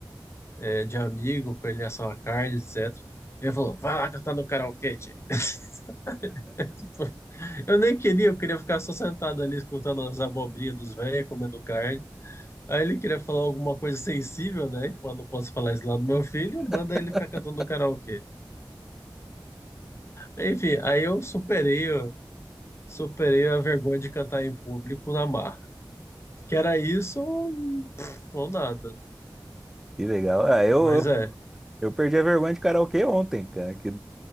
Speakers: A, on the left; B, in the centre.
A: é, de amigo, pra ele assar uma carne, etc. Ele falou, vai lá cantar no karaokê, tchê. <laughs> Tipo, eu nem queria, eu queria ficar só sentado ali escutando as abobrinhas dos velhos, comendo carne. Aí ele queria falar alguma coisa sensível, né? Tipo, eu não posso falar isso lá do meu filho, manda
B: <laughs>
A: ele ficar cantando no karaokê. Enfim, aí eu superei, eu superei a vergonha de cantar em público na marra. Que era isso ou ou nada.
B: Que legal. Ah, eu,
A: Mas
B: eu,
A: é.
B: eu perdi a vergonha de karaokê ontem, cara, que